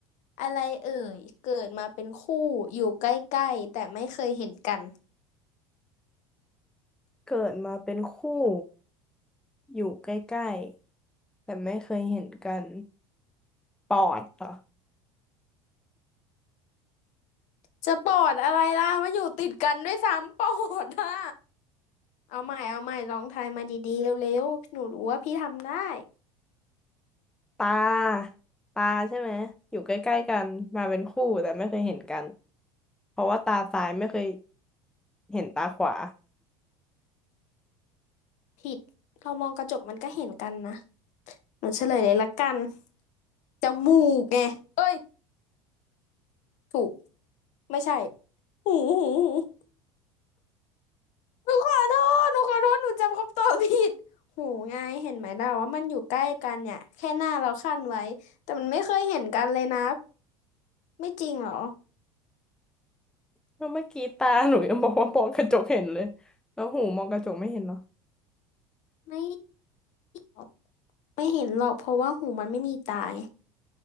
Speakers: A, on the left; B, in the centre.
A: อะไรเอ่ยเกิดมาเป็นคู่อยู่ใกล้ๆแต่ไม่เคยเห็นกัน
B: เกิดมาเป็นคู่อยู่ใกล้ๆแต่ไม่เคยเห็นกันปอดเหรอ
A: จะปอดอะไรล่ะมาอยู่ติดกันด้วยซ้ำปอดอะเอาใหม่เอาใหม่ลองทายมาดีๆเร็วๆหนูรู้ว่าพี่ทำได้
B: ตาตาใช่ไหมอยู่ใกล้ๆกันมาเป็นคู่แต่ไม่เคยเห็นกันเพราะว่าตาซ้ายไม่เคยเห็นตาขวา
A: ผิดเรามองกระจกมันก็เห็นกันนะ หนูเฉลยเลยละกันจมูกไงเอ้ยถูกไม่ใช่หูหูหูหนูขอโทษหนูขอโทษหนูจำคำตอบผิดหูไงเห็นไหมเราว่ามันอยู่ใกล้กันเนี่ยแค่หน้าเราคั่นไว้แต่มันไม่เคยเห็นกันเลยนะไม่จริงเหรอ
B: แล้วเมื่อกี้ตาหนูยังบอกว่ามองกระจกเห็นเลยแล้วหูมองกระจกไม่เห็นเหร
A: ไม่หรอกไม่เห็นหรอกเพราะว่าหูมันไม่มีตาไง